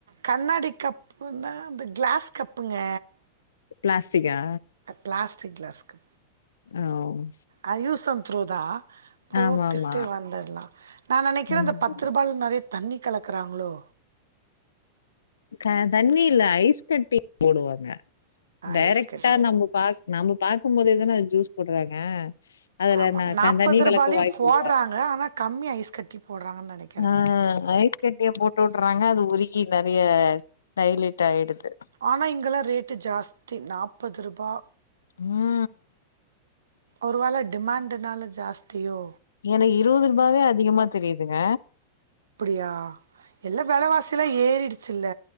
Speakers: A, on the right; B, on the left.
A: கண்ணாடி கப்புனா அந்த கிளாஸ் கப்புங்க
B: பிளாஸ்டிக்கா
A: பிளாஸ்ட் கிளாஸ்கு
B: ஒள
A: அது. யூஸன் த்ரோதா போட்டுட்டு
B: ஆமாமா.
A: வந்துர்லா நா நெனைக்கிறே
B: ம்.
A: அந்த பத்து ரூபால் நெறைய தண்ணி கலக்குறாங்ளோ
B: க தண்ணி இல்ல ஐஸ் கட்டி போடுவாங்க டேரக்ட்டா
A: ஐஸ் கட்டி
B: நம்ம பாக் நம்ம பாக்கும் போதே தான ஜூஸ் போட்றாங்க அதுல
A: ஆமா
B: நா
A: நாப்பது
B: தண்ணி
A: ரூபாலயு
B: கலக்க வாய்ப்பு
A: போடுறாங்க
B: இல்ல
A: ஆனா கம்மி ஐஸ் கட்டி போடுறாங்கான் நெனைக்
B: அ ஐஸ் கட்டிய போட்டு உட்றாங்க அது உருகி நெறைய டைல்யூட் ஆயிடுது
A: ஆனா இங்கல்லா ரேட்டு ஜாஸ்தி நாப்பதுருபா
B: உம்
A: ஒருவேல டிமாண்ட்டுனால ஜாஸ்தியோ
B: எனக்கு இருவதுருபாவே அதிகமா தெரியுதுங்க
A: யா எல்லா வெலவாசில்ல ஏறிடுச் ச்சில்ல